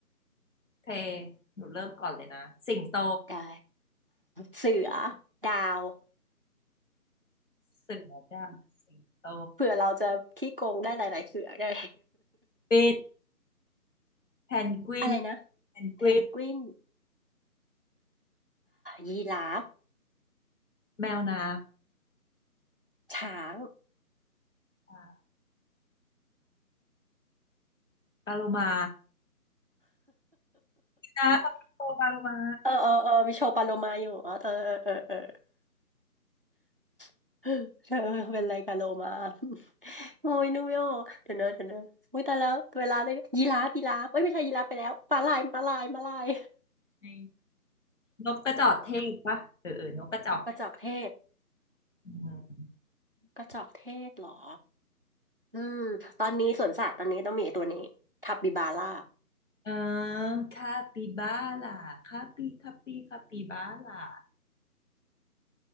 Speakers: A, on the left; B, on the right.
A: โอเคหนูเริ่มก่อนเลยนะสิงโต
B: ได้เสือดาว
A: เสือจ้ะสิงโต
B: เผื่อเราจะขี้โกงได้หลายๆเสือได้
A: เป็นแพนกวิน
B: <laughs> อะไรนะ
A: แพนกวิน
B: เพนกวินยีราฟ
A: แมวน้
B: ช้าง <laughs>
A: ำอ่าปลาโลมานะเขาเป็นโตปลาโลมา
B: เออเออเออมีโชว์ปลาโลมาอยู่อ๋อเออเออเออเออ <laughs> เธอเป็นไรกับโลมา <laughs> โอ้ยนุ่มโยเดี๋ยวเนอะเดี๋ยวเนอะอุ้ยแต่แล้วเวลาเลยยีราฟยีราฟเอ้ยไม่ใช่ยีราฟไปแล้วม้าลายม้าลายม้าลาย
A: ในนกกระจอกเทศปะเออเออนกกระจอก
B: นกกระจอกเทศ
A: อืม
B: กระจอกเทศเหรออืมตอนนี้สวนสัตว์ตอนนี้ต้องมีไอ้ตัวนี้ทับบิบาร่า
A: เออคาปิบาร่าคาปิคาปิคาปิบาร่า